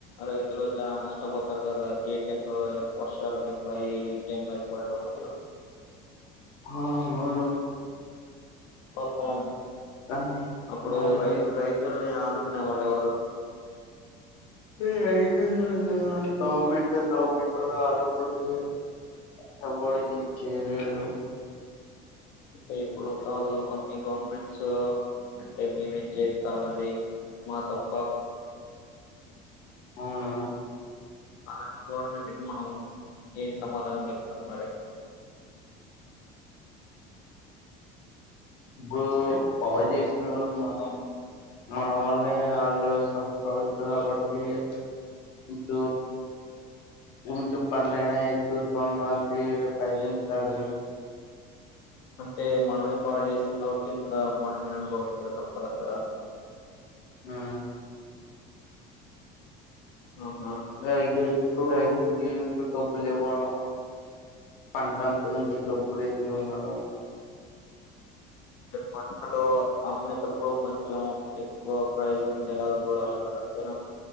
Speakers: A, on the left; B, on the left.
A: రైతులు చాలా నష్టపోతారు కదా ఏ టైం లో వర్షాల టైం లో ఈ టైం లో అయి పడటం వల్ల
B: ఆ అవునవును
A: పాపం
B: కానీ
A: అప్పుడు
B: దాని
A: రై రైతుల్ని ఆదు కునే వాళ్ళెవరూ
B: <unintelligible>
A: అంటే ఇప్పుడు కాదు కొన్ని గవర్నమెంట్స్ అంటె మేమేం చేత్తం అది మా తప్పు
B: అవును
A: అలాంటి గవర్నమెంట్ కి మనం ఏం సమాధానం చెప్తం మరి
B: ఇప్పుడు బాగు చేసిన వాళ్ళు మనం మన వాల్లే వాళ్ళు సఫట్ అవచ్చు కాబట్టి కొంచ కొంచెం పంట అయినా ఎతుతున్నది బయదించాలి <unintelligible>
A: అంటే మనమే పాడు చేసాం కాబట్టి ఇంకా మనమే అనుభవించాల తప్పదంటారా
B: మ్
A: ఆహా
B: రైతు
A: అంటే ఇప్పుడు
B: రైతు భీ ఉం డబ్బులివ్వా పంటంతంచి డబ్బులు ఎక్కువ మనం <unintelligible>
A: పంటలు అమ్మేటప్పుడు కొంచెం ఎక్కువ ప్రైజ్ ఉండేలాగ చూడాలంటారు అంతేనా